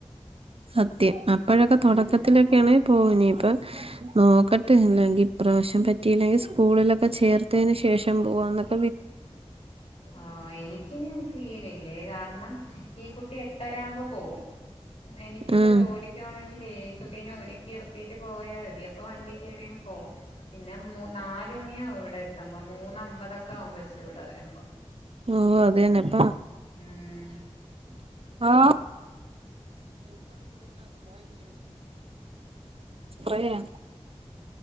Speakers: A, on the right; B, on the left.
A: സത്യം അപ്പോഴൊക്കെ
B: ഉം
A: തുടക്കത്തിലൊക്കെയണ പോനി ഇപ്പൊ നോക്ക ങ്കിൽ ഇപ്രാവശ്യം പറ്റിയില്ലെങ്കിൽ സ്കൂളിലൊക്കെ ചേർത്തതിനന് ശേഷം പോകന്നൊക്കെ
B: ആഹ എനിക്കിന ചെയ കാരണം ഈ കുട്ടി എട്ടര്പോ പോം എനിക്കപ്പോ
A: ഉം
B: ജോലണെ ഒരുക്കിർത്തിട്ട് പോയാൽ മതി അപ്പൊ വണ്ടി കയറിയ പോ പിന്നെ ന തുണിയാവും ഇവിടെ എത്തുമ്പോ മൂന്ന അമ്പതൊക്കെ ആമ്പോെച്ച് ഇവിടെ വരുമ്പോം
A: ഓ അതന്നെപ്പാ
B: ഉം
A: ആ <inaudible>